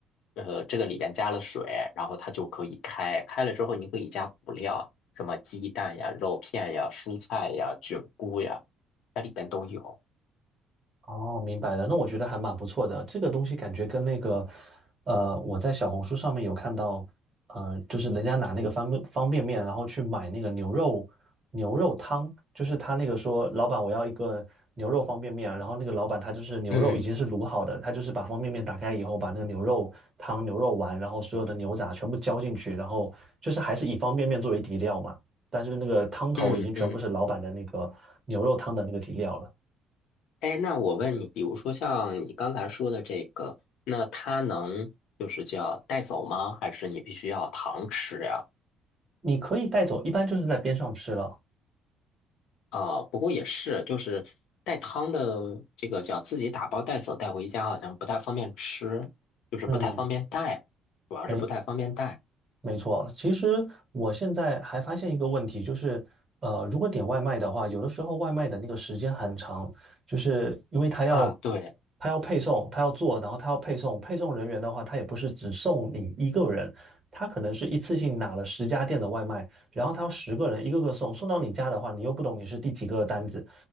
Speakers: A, on the left; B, on the right.
A: 呃这个里边加了水，然后它就可以开，开了之后你可以加辅料，什么鸡蛋呀、肉片呀、蔬菜呀、菌菇呀。它里边都有。
B: 哦，明白了。那我觉得还蛮不错的。这个东西感觉跟那个，呃，我在小红书上面有看到，呃，就是人家拿那个方便方便面，然后去买那个牛肉牛肉汤，就是他那个说，老板我要一个牛肉方便面，然后那个老板他就是牛肉已经是卤好的，
A: 嗯
B: 他就是把方便面打开以后，把那个牛肉汤、牛肉丸，然后所有的牛杂全部浇进去，然后就是还是以方便面作为底料嘛，但是那个汤头已经全部是老板的那个牛肉汤的那个底料了。
A: 嗯嗯，哎，那我问你，比如说像你刚才说的这个，那它能就是叫带走吗？还是你必须要糖吃呀？
B: 你可以带走，一般就是在边上吃了。
A: 啊，不过也是，就是带汤的这个叫自己打包带走带回家，好像不太方便吃，就是不太方便带，
B: 嗯，
A: 主要是不太方便带
B: 没没错，其实我现在还发现一个问题，就是，呃，如果点外卖的话，有的时候外卖的那个时间很长，就是因为他要
A: 啊。对，
B: 他要配送，他要做，然后他要配送，配送人员的话，他也不是只送你一个人，他可能是一次性拿了十家店的外卖，然后他要十个人一个个送，送到你家的话，你又不懂你是第几个单子，